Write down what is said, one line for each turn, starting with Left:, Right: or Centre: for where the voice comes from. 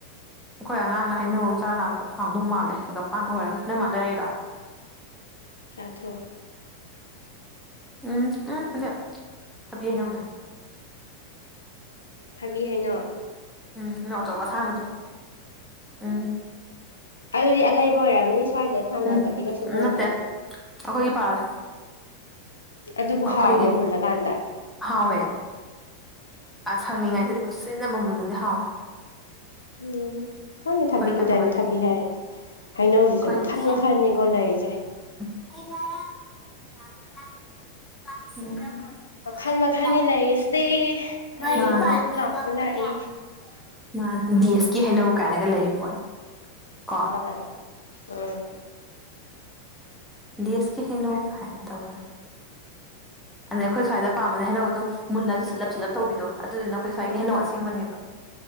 Centre: ꯑꯩꯈꯣꯏ ꯑꯉꯥꯡꯅ ꯍꯩꯅꯧ ꯑꯃ ꯆꯥꯥꯔ ꯂꯥꯛꯄ ꯍꯥꯡꯗꯧ ꯃꯥꯜꯂꯦ ꯍꯪꯒꯄꯥꯟ ꯑꯣꯏꯔꯒ ꯅꯣꯏ ꯃꯥꯥꯅ ꯂꯩꯔꯛꯢꯔꯣ
Left: ꯆꯥꯊꯣꯛꯎꯣ
Centre: ꯎꯝ ꯎꯝ ꯁꯤꯗꯤ ꯊꯥꯕꯤ ꯍꯩꯅꯧꯅꯦ
Left: ꯊꯥꯕꯤ ꯍꯩꯅꯧ
Centre: ꯎꯝ ꯍꯩꯅꯧ ꯑꯆꯧꯕ ꯑꯁꯥꯡꯕꯤꯗꯣ ꯎꯝ
Left: ꯑꯗꯨꯗꯤ ꯑꯂꯩꯕ ꯑꯣꯏꯔꯝꯅꯤ ꯁ꯭ꯋꯥꯏꯗ ꯊꯥꯅꯕꯗꯤ
Centre: ꯎꯝ
Left: ꯀꯩꯁꯨ ꯑꯣꯏꯗꯝꯅꯤ
Centre: ꯅꯠꯇꯦ ꯑꯩꯈꯣꯏꯒꯤ ꯄꯥꯜꯂꯦ
Left: ꯑꯗꯨꯕꯨ
Centre: ꯑꯩꯈꯣꯏꯒꯤ
Left: ꯍꯥꯎꯕ꯭ꯔꯥ ꯃꯨꯜꯂꯀꯥꯟꯗ
Centre: ꯍꯥꯎꯋꯦ ꯑ ꯁꯪꯉꯤꯉꯥꯏꯗꯗꯤ
Left: ꯎꯝ
Centre: ꯈꯨꯠꯁꯤꯟꯅ ꯃꯨꯜꯂꯗꯤ ꯍꯥꯎꯋꯦ
Left: ꯎꯝ ꯈꯪꯗꯦ
Centre: ꯑꯩꯈꯣꯏ
Left: ꯊꯥꯕꯤ
Centre: ꯀꯩꯅꯣ
Left: ꯏꯟꯇꯔꯅ
Centre: ꯍꯣꯏꯒꯤ
Left: ꯊꯥꯕꯤ ꯍꯥꯏ ꯍꯩꯅꯧꯖꯤꯖꯨ
Centre: ꯑꯩꯈꯣꯏꯒꯤ
Left: ꯃꯈꯟ
Centre: ꯁꯤ
Left: ꯃꯈꯟꯅꯤꯀꯣ ꯂꯩꯔꯤꯖꯦ
Centre: <unintelligible>
Left: ꯃꯈꯟ
Centre: ꯑꯍꯥꯟꯕꯅꯦ
Left: ꯃꯈꯟꯅꯤ ꯂꯩꯔꯤꯁꯦ ꯀꯔꯤꯅꯣꯃꯁꯨ
Centre: ꯃꯔꯤ ꯄꯥꯟꯕꯤ
Left: ꯂꯥꯎꯕ
Centre: ꯉꯛꯇ
Left: ꯂꯥꯛꯏ
Centre: ꯌꯥꯟꯕꯤꯗꯨꯅꯦ ꯗꯦꯁꯀꯤ ꯍꯩꯅꯧ ꯀꯥꯏꯅ ꯂꯩꯔꯤ ꯄꯣꯠꯅꯤ ꯀꯣ
Left: ꯃꯥꯅꯦ ꯎꯝ
Centre: ꯗꯦꯁꯁꯀꯤ ꯍꯩꯩꯅꯧ ꯀꯥꯢꯅ ꯇꯧꯗꯅ ꯑꯗꯩ ꯑꯩꯈꯣꯏ ꯁ꯭ꯋꯥꯏ ꯄꯥꯃꯤꯅ ꯍꯩꯅꯧ ꯑꯗꯨꯝ ꯃꯨꯜꯂꯖꯨ ꯁꯤꯜꯂꯞ ꯁꯤꯠꯂꯞ ꯇꯧꯕꯤꯗꯣ ꯑꯗꯨꯗꯨꯅ ꯑꯩꯈꯣꯏ ꯁ꯭ꯋꯥꯏꯒꯤ
Left: ꯎꯝ
Centre: ꯍꯩꯅꯧ ꯑꯁꯦꯡꯕꯅꯦꯕ